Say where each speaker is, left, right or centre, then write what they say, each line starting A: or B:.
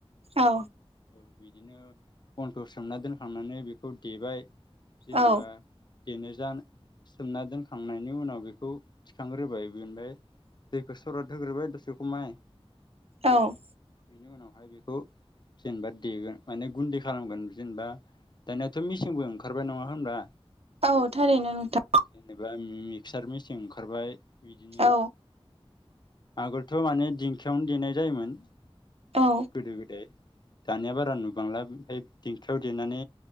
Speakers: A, on the right; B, on the left.
A: औ
B: औ बिदिनो अनखौ सोमना दोनखांनानै बेखौ देबाय। जेनेबा।
A: औ
B: देनो जा सोमना दोनखांनायनि उनाव बेखौ थिखांग्रोबाय बेनिफ्राय दैखौ सराद होग्रोबाय दसे खमाय।
A: औ।
B: बेनि उनावहाय बेखौ जेनेबा देगोन माने गुन्दै खालामगोन जेनेबा दानियाथ' मिसिंबो ओंखारबाय नङा होनबा।
A: औ थारैनो नोंथां।
B: जेनेबा मिक्सार मेचिं ओंखारबाय। बिदिनो।
A: औ
B: आगोलथ' माने दिंखियावनो देनाय जायोमोन।
A: औ
B: गोदो गोदाय। दानिया बारा नु बांला ओमफ्राय दिंखियाव देनानै